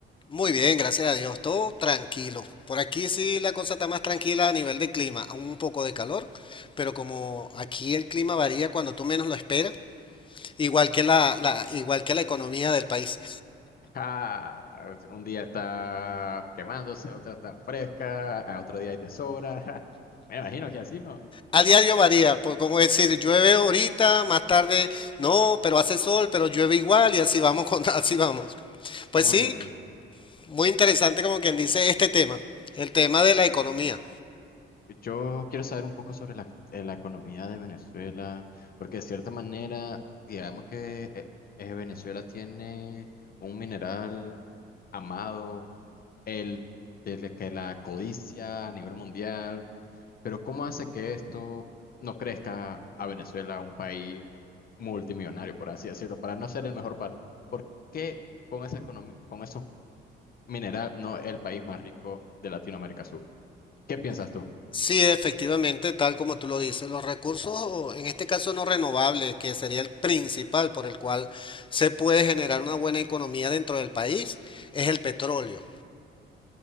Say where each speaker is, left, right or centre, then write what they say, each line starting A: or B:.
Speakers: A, on the left; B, on the left.
A: Muy bien, gracias a Dios, todo tranquilo. Por aquí sí la cosa está más tranquila a nivel de clima, un poco de calor, pero como aquí el clima varía cuando tú menos lo esperas, igual que la, la- igual que la economía del país.
B: Ah, un día está quemándose, otro está fresca, a otro día hay de sobra. <laughs> Me imagino que así, ¿no?
A: A diario varía, por, como decir, llueve ahorita, más tarde no, pero hace sol, pero llueve igual y así vamos con, <laughs> así vamos. Pues
B: Muy,
A: sí,
B: muy.
A: muy interesante como quien dice este tema, el tema de la economía.
B: Yo quiero saber un poco sobre la, eh, la economía de Venezuela, porque de cierta manera, digamos que eh, eh, Venezuela tiene un mineral amado, el desde que la codicia a nivel mundial, pero ¿cómo hace que esto no crezca a Venezuela, un país multimillonario, por así decirlo, para no ser el mejor par? ¿Por qué con esa economía, con esos minerales no es el país más rico de Latinoamérica Sur? ¿Qué piensas tú?
A: Sí, efectivamente, tal como tú lo dices, los recursos, en este caso no renovables, que sería el principal por el cual se puede generar una buena economía dentro del país, es el petróleo.